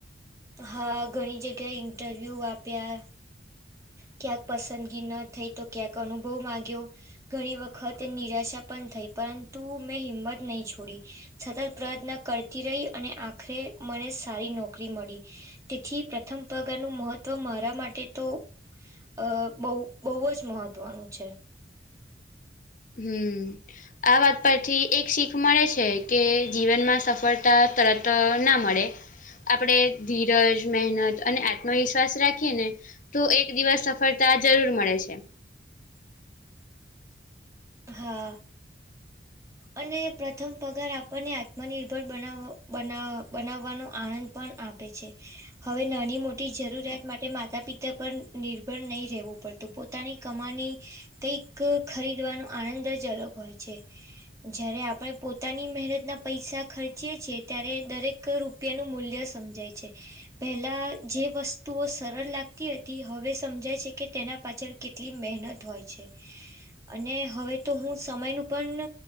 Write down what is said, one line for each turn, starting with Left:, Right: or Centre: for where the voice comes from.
Right: હ ઘણી જગ્યાએ ઇન્ટરવ્યૂ આપ્યા ક્યાંક પસંદગી ન થઈ તો ક્યાંક અનુભવ માંગ્યો ઘણી વખત નિરાશા પણ થઈ પરંતુ મે હિંમત નઈ છોડી સતત પ્રયત્ન કરતી રઈ અને આખરે મને સારી નોકરી મળી તેથી પ્રથમ પગારનું મહત્વ મારા માટે તો અ બઉ બઉ જ મહત્વનું છે.
Left: હમ્મ. આ વાત પરથી એક શીખ મળે છે, કે જીવનમાં સફળતા તરત ના મળે આપડે ધીરજ, મહેનત અને આત્મવિશ્વાસ રાખીએને તો એક દિવસ સફળતા જરૂર મળે છે.
Right: <inaudible> હા. અને પ્રથમ પગાર આપડને આત્મનિર્ભર બનાવ બના બનાવાનો આનંદ પણ આ પે છે. હવે નાની મોટી જરૂરિયાત માટે માતા-પિતા પર નિર્ભર નઈ રહેવુ પ તું પોતાની કમાણી કઈક ખરીદવાનો આનંદ જ અલગ હોય છે. જયારે આપડે પોતાની મહેનતના પૈસા ખર્ચીએ છીએ ત્યારે દરે ક રૂપિયાનું મૂલ્ય સમજાય છે. પેહલા જે વસ્તુઓ સરળ લાગતી હતી હવે સમજાય છે, કે તેના પાછળ કેટલી મહેનત હોય છે, અને હવે તો હું સમયનું પણ